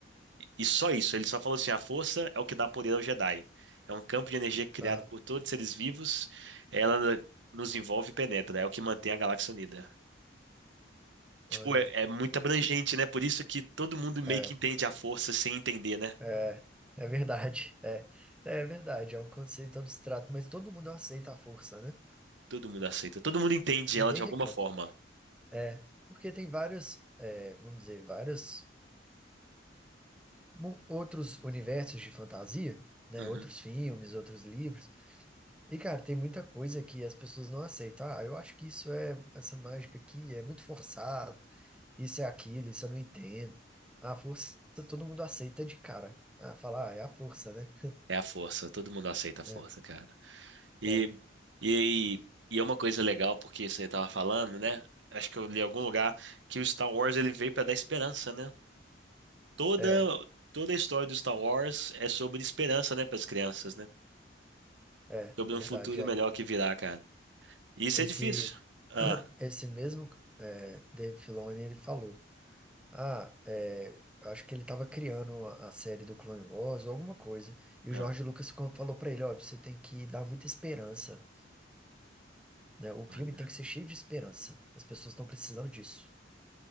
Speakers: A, on the right; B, in the centre.
A: e só isso, ele só falou assim, a força é o que dá poder ao Jedi. É um campo de energia criado
B: Ah,
A: por todos os seres vivos, ela nos envolve e penetra, é o que mantém a galáxia unida. Tipo,
B: olha.
A: é, é muito abrangente, né? Por isso que todo mundo meio
B: É.
A: que entende a força sem entender, né?
B: É, é verdade. É, é verdade. É um conceito abstrato, mas todo mundo aceita a força, né?
A: Todo mundo aceita, todo mundo entende
B: Ninguém
A: ela de alguma
B: reclama.
A: forma.
B: É, porque tem vários, é, vamos dizer, vários mu- outros universos de fantasia, né?
A: Uhum.
B: Outros filmes, outros livros. E, cara, tem muita coisa que as pessoas não aceitam. Ah, eu acho que isso é, essa mágica aqui é muito forçado. Isso é aquilo, isso eu não entendo. A força todo mundo aceita de cara. Ah, falar, ah, é a força, né?
A: É a força, todo mundo aceita a força,
B: É,
A: cara. E,
B: é,
A: e, e é uma coisa legal, porque você tava falando, né? Acho que eu li em algum lugar que o Star Wars ele veio pra dar esperança, né? Toda,
B: é,
A: toda a história do Star Wars é sobre esperança, né, Para as crianças, né?
B: é,
A: Sobre
B: é
A: um
B: verdade.
A: futuro
B: É,
A: melhor que virá, cara. Isso
B: Esse,
A: é difícil. Ah,
B: <clears throat> esse mesmo é, Dave Filoni, ele falou, ah, é, eu acho que ele estava criando a, a série do Clone Wars ou alguma coisa, e o
A: ah,
B: George Lucas co- falou para ele, ó, você tem que dar muita esperança, né? O
A: olha.
B: filme tem que ser cheio de esperança, as pessoas estão precisando disso.